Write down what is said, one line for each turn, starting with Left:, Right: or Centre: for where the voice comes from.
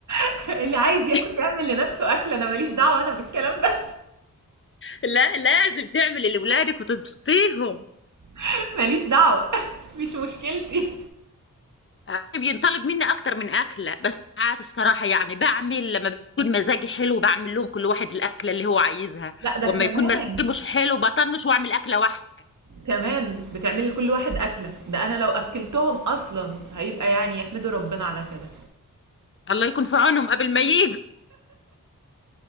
Right: <laughs> اللي عايز ياكل
Left: <laughs>
Right: يعمل لنفسه اكل انا ماليش دعوه انا بالكلام ده
Left: لا لازم تعملي لولادك وتبسطيهم
Right: <laughs> ماليش دعوه <laughs> مش مشكلتي
Left: أنا بينطلب مني أكتر من أكلة بس ساعات الصراحة يعني بعمل لما بيكون مزاجي حلو بعمل لهم كل واحد الأكلة اللي هو عايزها
Right: لا ده
Left: وأما
Right: كمان
Left: يكون مزاجي مش حلو بطنش وأعمل أكلة واحدة
Right: كمان بتعملي لكل واحد اكله ده انا لو اكلتهم اصلا هيبقى يعني يحمدوا ربنا على كده
Left: الله يكون في عونهم قبل ما ييجوا